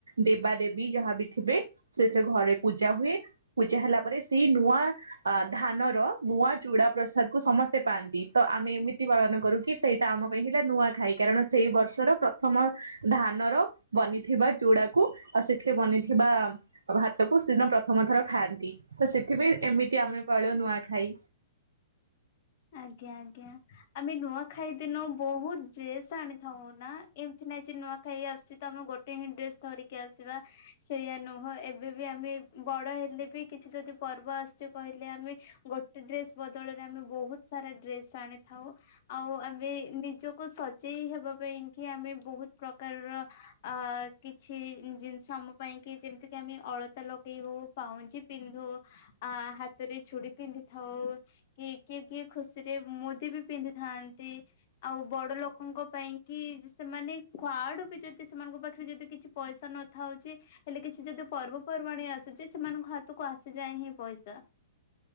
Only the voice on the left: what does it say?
ଆଜ୍ଞା ଆଜ୍ଞା। ଆମେ ନୂଆଖାଇ ଦିନ ବହୁତ ଡ୍ରେସ୍ ଆଣିଥାଉ ନା, ଏମିତି ନାଇଁ ଯେ ନୂଆ ଖାଇ ଆସୁଚି ତ, ଆମେ ଗୋଟେ ହିଁ ଡ୍ରେସ ଧରିକି ଆସିବା। ସେଇଆ ନୁହଁ, ଏବେ ବି ଆମେ ବଡ ହେଲେ ବି କିଛି ଯଦି ପର୍ବ ଆସୁଚି କହିଲେ ଆମେ, ଗୋଟେ ଡ୍ରେସ ବଦଳରେ ଆମେ ବହୁତ ସାରା ଡ୍ରେସ ଆଣିଥାଉ। ଆଉ ଆମେ ନିଜକୁ ସଜେଇ ହେବା ପାଇଁ କି, ଆମେ ବହୁତ ପ୍ରକାରର ଅ, କିଛି ଜିନିଷ ଆମ ପାଇଁ କି, ଯେମିତି କି, ଆମେ ଅଳତା ଲଗେଇ ହଉ ପାଉଁଜି ପିନ୍ଧୁ, ଆ ହାତରେ ଚୁଡି ପିନ୍ଧି ଥାଉ, କିଏ କିଏ କିଏ ଖୁସିରେ ମୁଦି ବି ପିନ୍ଧିଥାନ୍ତି, ଆଉ ବଡ ଲୋକଙ୍କ ପାଇଁ କି ସେମାନେ କୁଆଡୁ ବି, ଯଦି ସେମାନଙ୍କ ପାଖରେ ଯଦି କିଛି ପଇସା ନଥାଉଚି ହେଲେ କିଛି ଯଦି ପର୍ବପର୍ବାଣୀ ଆସୁଚି, ସେମାନଙ୍କ ହାତକୁ ଆସିଯାଏ ହିଁ ପଇସା।